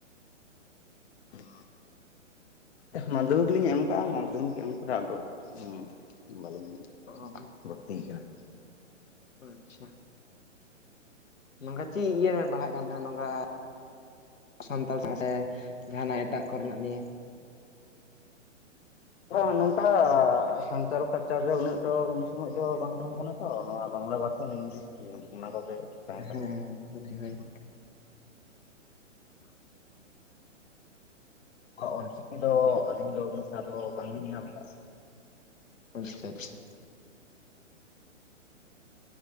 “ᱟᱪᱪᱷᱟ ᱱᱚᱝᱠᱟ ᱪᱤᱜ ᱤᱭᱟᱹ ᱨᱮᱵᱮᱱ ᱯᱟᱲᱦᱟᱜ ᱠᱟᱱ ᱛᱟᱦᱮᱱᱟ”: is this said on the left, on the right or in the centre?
Left